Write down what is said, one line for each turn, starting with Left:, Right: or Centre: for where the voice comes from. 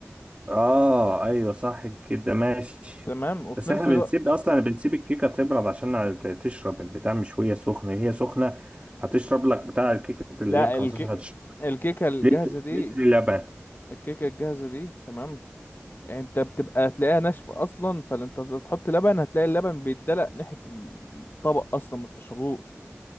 Right: اه ايوه صح كده ماشي
Left: تمام وفي
Right: بس
Left: نفس
Right: احنا بنسيب
Left: الوقت
Right: اصلا بنسيب الكيكه تبرد عشان ت- تشرب البتاع مش وهي سخنه هي سخنه هتشرب لك بتاع الكيكه اللي
Left: لا
Right: هي ب 15
Left: الكي...
Right: هتشرب
Left: الكيكه الجاهزه
Right: لتر
Left: دي
Right: لتر لبن
Left: الكيكه الجاهزه دي تمام انت بتبقى تلاقيها ناشفه اصلا فانت تحط لبن هتلاقي اللبن بيتدلق ناحيه الطبق اصلا ما تشربوش